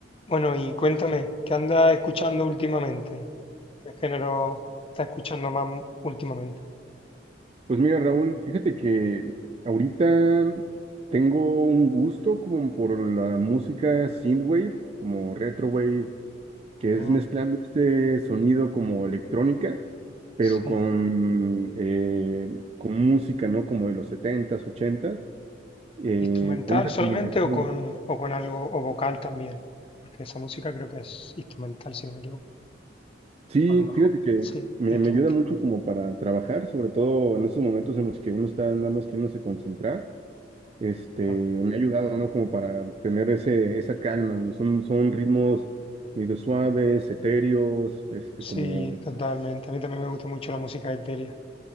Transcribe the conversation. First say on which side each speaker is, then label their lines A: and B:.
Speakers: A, on the left (about 30°); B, on the right (about 35°).
A: Bueno, y cuéntame, ¿qué andas escuchando últimamente? ¿Qué género estás escuchando más m- últimamente?
B: Pues mira, Raúl, fíjate que ahorita tengo un gusto como por la música synthwave, como retrowave, que
A: Ah,
B: es mezclando este sonido como electrónica, pero
A: sí.
B: con, eh, con música, ¿no? Como de los setentas, ochentas. eh,
A: ¿Instrumental
B: con esa combinación.
A: solamente o con, o con algo, o vocal también? Porque esa música creo que es instrumental, si no me equivoco.
B: Sí,
A: O a lo mejor,
B: fíjate que
A: sí,
B: me,
A: instrumental.
B: me ayuda mucho como para trabajar, sobre todo en esos momentos en los que uno está nada más queriéndose concentrar este, me
A: Ah,
B: ha ayudado, ¿no? Como para tener ese, esa calma. Son, son ritmos medio suaves, etéreos, este,
A: sí,
B: como,
A: totalmente. A mí también me gusta mucho la música etérea,